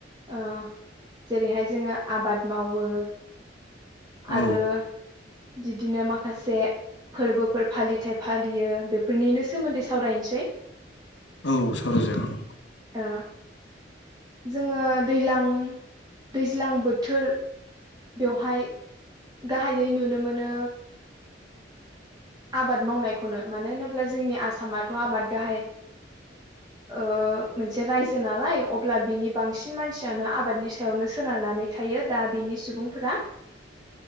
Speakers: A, on the right; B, on the left.
A: ओ जेरैहाय जोङो आबाद मावो।
B: औ।
A: आरो बिदिनो माखासे फोरबोफोर फालिथाय फालियो बे फोरनिनो सोमोन्दै सावरायनोसै।
B: औ सावरायजागोन
A: ओ जोङो दैज्लां दैज्लां बोथोर बेवहाय गाहायै नुनो मोनो आबाद मावनायखौनो मानो होनोब्ला जोंनि आसामाथ' आबाद गाहाय ओ मोनसे रायजो नालाय अब्ला बिनि बांसिन मानसियानो आबादनि सायावनो सोनारनानै थायो दा बेनि सुबुंफोरा